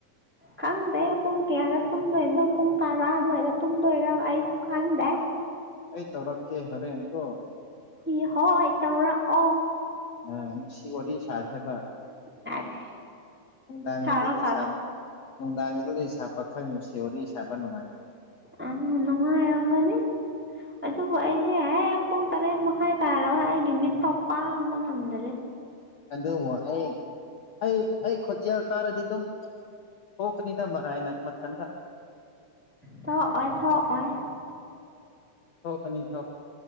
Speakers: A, in the centre; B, on the left.
A: ꯈꯪꯗꯦ ꯄꯨꯡ ꯀꯌꯥꯗ ꯇꯨꯝꯗꯣꯏꯅꯣ ꯄꯨꯡ ꯇꯔꯥ ꯑꯗꯨꯋꯥꯏꯗ ꯇꯨꯝꯗꯣꯏꯔꯥ ꯑꯩꯁꯨ ꯈꯪꯗꯦ
B: ꯑꯩ ꯇꯧꯔꯛꯀꯦ ꯍꯔꯦꯟꯀꯣ
A: ꯍꯤ ꯍꯣꯏ ꯇꯧꯔꯛꯑꯣ
B: ꯑ ꯁꯤ ꯑꯣꯏ ꯁꯖ ꯕ
A: ꯑꯁ
B: ꯅꯨꯡꯗꯥꯡꯒꯤꯗꯤ
A: ꯁꯥꯔꯣ
B: ꯂꯩꯁꯥꯞ
A: ꯁꯥꯔꯣ
B: ꯅꯨꯡꯗꯥꯡꯒꯤꯗ ꯂꯩꯁꯥꯞ ꯄꯥꯈꯪ ꯅꯨꯡꯁꯤ ꯋꯥꯔꯤ ꯋꯥꯔꯤ ꯁꯥꯕ ꯅꯨꯡꯉꯥꯏꯔꯦ
A: ꯑ ꯅꯅꯨꯡꯉ ꯑꯔꯦꯝꯒꯅꯤ ꯑꯗꯨꯕꯨ ꯑꯩꯗꯤ ꯍꯦꯛ ꯄꯨꯡ ꯇꯔꯦꯠ ꯃꯈꯥꯏ ꯇꯥꯔꯒ ꯑꯩꯒꯤ ꯃꯤꯠꯁꯥꯎ ꯄꯥꯡꯕ ꯉꯝꯗꯔꯦ
B: ꯑꯦ ꯃꯣ ꯑꯩ ꯑꯩ ꯑꯩ ꯈꯖ ꯇꯥꯔꯗꯤ ꯑꯗꯨꯝ ꯊꯣꯛꯀꯅꯤꯗ ꯃꯔꯥꯅ ꯃꯊꯟꯇ
A: ꯊ ꯑꯣꯏ ꯑꯣꯏ ꯊ ꯑꯣꯏ
B: ꯊꯣꯛꯀꯅꯤ ꯊꯣꯛ